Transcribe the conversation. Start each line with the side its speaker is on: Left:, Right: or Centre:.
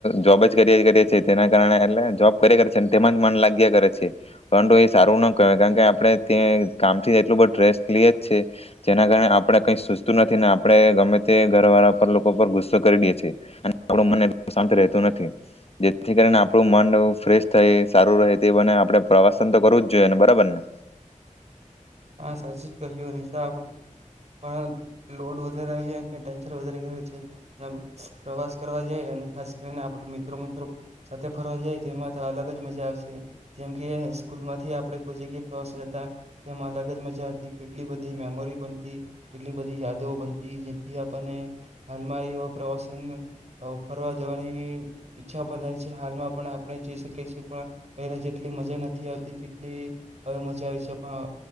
Left: જોબ જ કર્યા કરીએ છીએ તેના કારણે એટલે જોબ કરીએ છીએ છે ને તેમાં જ મન લાગ્યા કરે છે પરંતુ એ સારું ના કહેવાય કારણ કે આપણે તે કામથી એટલું બધુ સ્ટ્રેસ લીએ જ છીએ જેના કારણે આપણે કઈ સૂઝતું નથી ને આપણે ગમે તે ઘર વાળા પર લોકો પર ગુસ્સો કરી દે છે અને આપું મન શાંત રહેતું નથી જેથી કરીને આપણું મન ફ્રેશ થાય સારું રહે તે બને આપણે પ્રવાસન તો કરવું જ જોઈએ બરાબર ને?
Right: હા સાચુ જ કહ્યું નહી તો <inaudible> લોડ વધારે આવી જાય ટેન્શન વધારે <inaudible> છે. પ્રવાસ કરવા જઈએ અને ખાસ કરીને આપડ મિત્રો મિત્રો સાથે ફરવા જાય તેમાં તો અલગ જ મજા આવે છે. જેમ કે સ્કૂલ માંથી આપણે કોઈ જગ્યા પ્રવાસ જતા તેમાં અલગ કેટલી બધી મેમોરી બનતી કેટલી બધી યાદો બનતી જેથી આપણને હાલમાં એવા પ્રવાસન ફરવા જવાની ઈચ્છા પણ થાય છે. હાલમાં પણ આપણે જઈ શકીએ છીએ પણ પહેલા જેટલી મજા નથી આવતી જેટલી હવે મજા આવે છે પણ